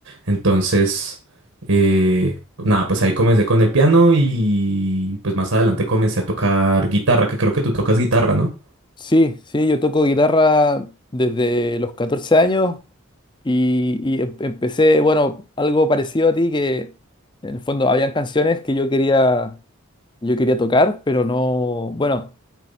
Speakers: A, on the right (about 80°); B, on the left (about 20°).
A: Entonces, eh, nada, pues ahí comencé con el piano y pues más adelante comencé a tocar guitarra, que creo que tú tocas guitarra, ¿no?
B: Sí, sí, yo toco guitarra desde los 14 años y, y em- empecé, bueno, algo parecido a ti, que en el fondo habían canciones que yo quería, yo quería tocar, pero no, bueno.